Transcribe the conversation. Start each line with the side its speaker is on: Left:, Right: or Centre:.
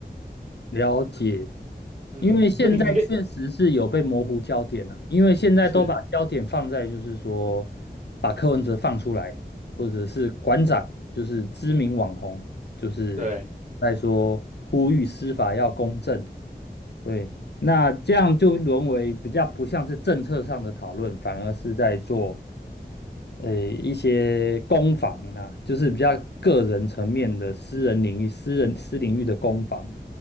Left: 了解，
Right: <laughs> 嗯，
Left: 因为现在确实是有被模糊焦点了、
Right: 那你你可以
Left: 因为现在都把焦点放在就是说
Right: 是，
Left: 把柯文哲放出来，或者是馆长，就是知名网红，就是在说呼吁司法要公正，
Right: 对，
Left: 对。那这样就沦为比较不像是政策上的讨论，反而是在做。呃一些攻防啊，就是比较个人层面的私人领域、私人私领域的攻防，